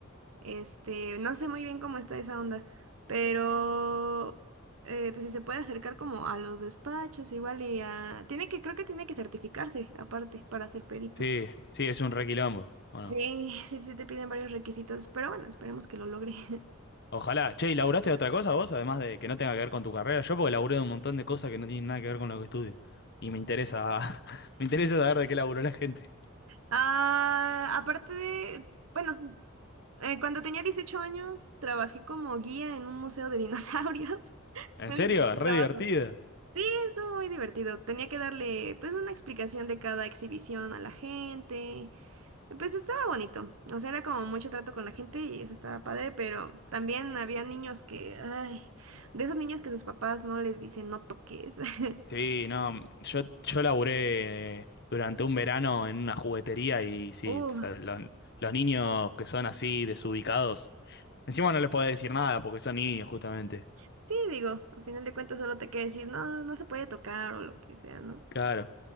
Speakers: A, on the right; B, on the left.
A: este, no sé muy bien cómo está esa onda, pero eh, pues si se puede acercar como a los despachos igual y a... Tiene que, creo que tiene que certificarse aparte para ser perito.
B: Sí, sí, es un requilombo, ¿o
A: Sí,
B: no?
A: sí, sí te piden varios requisitos, pero bueno, esperemos que lo logre. <laughs>
B: Ojalá. Che, ¿y laburaste de otra cosa vos? Además de que no tenga que ver con tu carrera. Yo porque laburé de un montón de cosas que no tienen nada que ver con lo que estudio. Y me interesa, <laughs> me interesa saber de qué laburó la gente.
A: Ah, aparte de, bueno, eh, cuando tenía 18 años trabajé como guía en un museo de dinosaurios. <laughs>
B: ¿En
A: Fue
B: serio?
A: mi primer
B: Re
A: trabajo.
B: divertido.
A: Sí, estuvo muy divertido. Tenía que darle pues una explicación de cada exhibición a la gente. Y, Pues estaba bonito. O sea, era como mucho trato con la gente y eso estaba padre, pero también había niños que, ay, de esos niños que sus papás no les dicen no toques. <laughs>
B: Sí, no, yo, yo laburé durante un verano en una juguetería y sí,
A: Uh,
B: o sea, los, los niños que son así desubicados, encima no les puedo decir nada porque son niños justamente.
A: sí, digo, a final de cuentas solo te queda decir no, no se puede tocar o lo que sea, ¿no?
B: Claro.